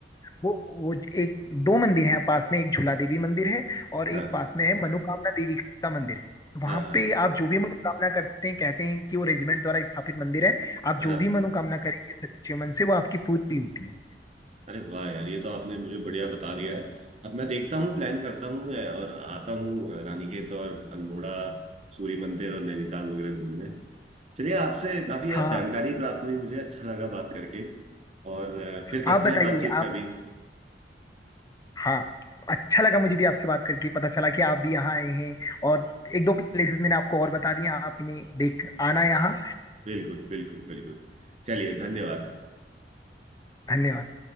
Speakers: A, on the left; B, on the right.
A: वो वो एक दो मंदिर हैं पास में एक झूला देवी मंदिर है और एक
B: हाँ
A: पास में है मनोकामना देवी का मंदिर वहां
B: हाँ
A: पे आप जो भी मनोकामना करते हैं कहते हैं कि वो रेजिमेंट द्वारा स्थापित मंदिर है आप
B: हाँ
A: जो भी मनोकामना करेंगे सच्चे मन से वो आपकी पूरी होती है
B: अरे वाह यार ये तो आपने मुझे बढ़िया बता दिया है अब मैं देखता हूँ प्लान करता हूँ मैं और आता हूँ रानीखेत और अल्मोड़ा सूर्य मंदिर और नैनीताल वगैरह घूमने चलिए आपसे काफी यार
A: हाँ
B: जानकारी प्राप्त हुई मुझे अच्छा लगा बात करके और अ, फिर करते
A: आप बताइए
B: हैं बातचीत
A: आप
B: कभी
A: हाँ अच्छा लगा मुझे भी आपसे बात करके पता चला कि आप भी यहाँ आए हैं और एक दो प्लेसेस मैंने आपको और बता दिए आपने देख आना यहाँ
B: बिल्कुल बिल्कुल बिल्कुल चलिए धन्यवाद
A: धन्यवाद